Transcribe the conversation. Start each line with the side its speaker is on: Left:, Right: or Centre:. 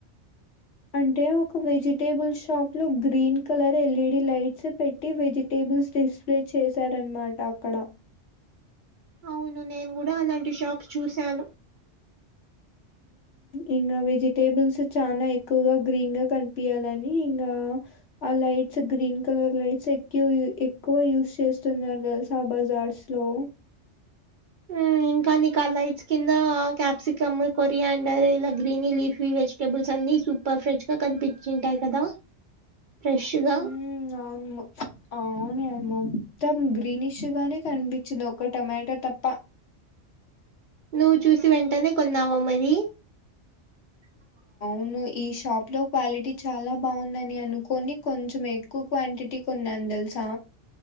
Left: అంటే ఒక వెజిటేబుల్ షాప్ లో గ్రీన్ కలర్ ఎల్ఈడి లైట్స్ పెట్టి వెజిటేబుల్స్ తీసు ప్లే చేశారనమాట అక్కడ
Right: అవును నేను కూడా అలాంటి షాప్ చూశాను <inaudible>
Left: ఇంకా వెజిటేబుల్స్ చాలా ఎక్కువగా గ్రీన్గా కనిపియాలని ఇంకా ఆ లైట్స్ గ్రీన్ కలర్ లైట్స్ క్యూ ఎక్కువ యూజ్ చేస్తున్నారు తెల్సా బజార్స్ లో
Right: ఉమ్ ఇంకా నీకు ఆ లైట్స్ కింద క్యాప్సికమ్ కొరి యాండర్ ఇలా green leafy vegetables అన్ని సూపర్ ఫ్రెష్గా కనిపించి ఉంటాయి కదా ఫ్రెష్గా
Left: ఉమ్ అవును అవును మొత్తం గ్రీనిష్గానే కనిపించింది ఒక టమాటా తప్ప
Right: నువ్వు చూసి వెంటనే కొన్నావా మరి <inaudible>
Left: అమ్మె ఈ షాప్ లో క్వాలిటీ చాలా బాగుందని అనుకొని కొంచెం ఎక్కువ క్వాంటిటీ కున్నాన్ తెలుసా